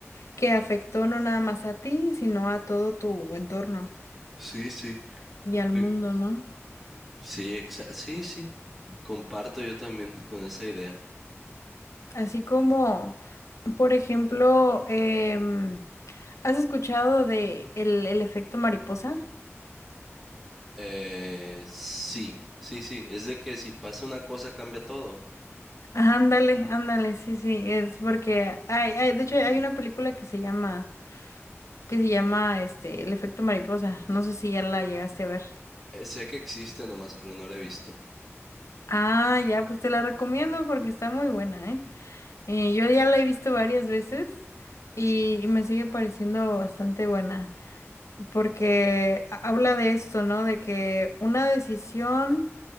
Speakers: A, on the left (about 80°); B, in the centre.
A: que afectó no nada más a ti, sino a todo tu entorno
B: Sí, sí.
A: y al mundo,
B: Eh,
A: ¿no?
B: Sí, exa- sí, sí. Comparto yo también con esa idea.
A: Así como, por ejemplo, em, ¿has escuchado de el, el efecto mariposa?
B: Eh, sí, sí, sí. Es de que si pasa una cosa cambia todo.
A: Ah, Ándale, ándale, sí, sí, es porque hay, hay- de hecho hay una película que se llama, que se llama este, El efecto mariposa. No sé si ya la llegaste a ver.
B: Eh, sé que existe nomás, pero no la he visto.
A: Ah, ya, pues te la recomiendo porque está muy buena, ¿eh? Eh, yo ya la he visto varias veces y, y me sigue pareciendo bastante buena porque ha- habla de esto, ¿no? De que una decisión,